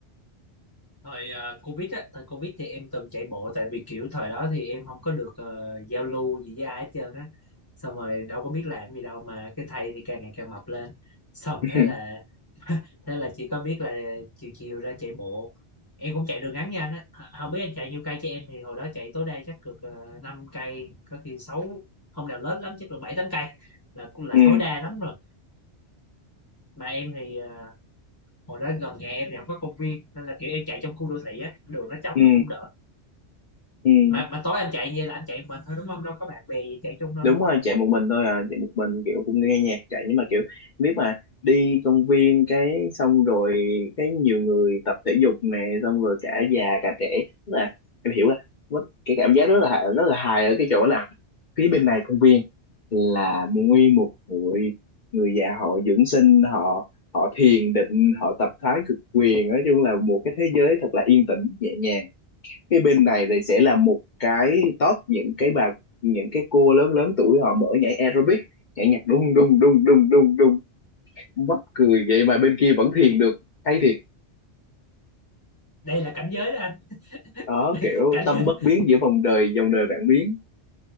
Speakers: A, on the left; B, on the left.
A: thời ờ, covid á thời covid thì em từng chạy bộ tại vì kiểu thời đó thì em không có được ờ, giao lưu gì với ai hết trơn á xong rồi đâu có biết làm gì đâu mà cái thầy thì càng ngày càng mập lên xong
B: <laughs>
A: thế là thế là chỉ có biết là chiều chiều ra chạy bộ em cũng chạy đường ngắn nha anh á H- không biết anh chạy nhiêu cây chứ em thì hồi đó chạy tối đa chắc được uh, 5 cây có khi sáu không nào lớn lắm chắc được 7 8 cây là cũng là
B: ừ
A: tối đa lắm rồi mà em thì ờ, hồi đó gần nhà em thì không có công viên nên là kiểu em chạy trong khu đô thị á đường nó trống
B: ừ
A: nó cũng đỡ
B: ừ
A: mà mà tối anh chạy như là anh chạy mình thôi đúng không đâu có bạn bè gì chạy chung đâu
B: đúng
A: đúng không
B: rồi chạy một mình thôi à chạy một mình kiểu cũng nghe nhạc chạy nhưng mà kiểu biết mà đi công viên cái xong rồi cái nhiều người tập thể dục nè xong rồi cả già cả trẻ tức là em hiểu là mất cái cảm giác rất là hài- rất là hài ở cái chỗ là phía bên này công viên là nguyên một hội người già họ dưỡng sinh họ họ thiền định họ tập thái cực quyền nói chung là một cái thế giới thật là yên tĩnh nhẹ nhàng cái bên này thì sẽ là một cái top những cái bà những cái cô lớn lớn tuổi họ mở nhảy aerobic nhảy nhạc đung đung đung đung đung đung mắc cười vậy mà bên kia vẫn thiền được hay thiệt
A: đây là cảnh giới đó anh
B: đó
A: <laughs>
B: kiểu
A: cảnh
B: tâm
A: <laughs>
B: bất biến giữa vòng đời dòng đời vạn biến